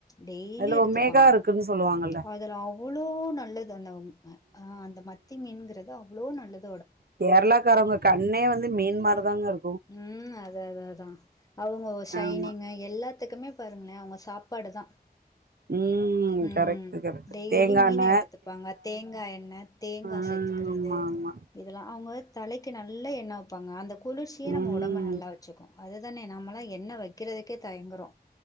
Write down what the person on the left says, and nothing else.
டெய்லி
எடுத்துப்பாங்க
அதுல அவுளோ நல்லது அந்த உம் அ அந்த மத்தி மீன்ங்குறது அவ்ளோ நல்லத்
ம் அது அது அதா அவுங்க ஒ சைனிங்க
எல்லாத்துக்குமே பருங்ளே அவுங்க சாப்பாடு தா
ம்
டெய்லி
மீன
எடுத்துப்பாங்க தேங்கா என்ன தேங்கா
செ எத்துக்குறது
இதலா அவுங்க தலக்கு நல்ல எண்ண வப்பாங்க அந்த குளிர்ச்சியே நம்ம
உடம்ப நல்லா வச்சிக்கு அதுதானே நாம்மலா எண்ண வக்கிறதுக்கே தயங்குறோ